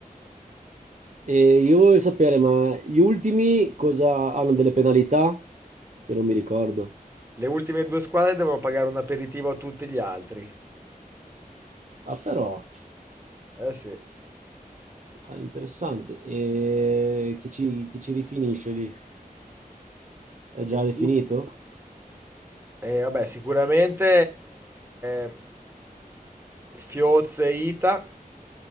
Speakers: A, on the right; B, on the right.
A: E io voglio sapere, ma gli ultimi cosa hanno delle penalità? Che non mi ricordo.
B: Le ultime due squadre devono pagare un aperitivo a tutti gli altri.
A: Ah, però.
B: Eh sì. E,
A: Ah, interessante. E chi ci, chi ci rifinisce lì? È già
B: lui-
A: definito?
B: e vabbè, sicuramente eh, Fioz e Ita,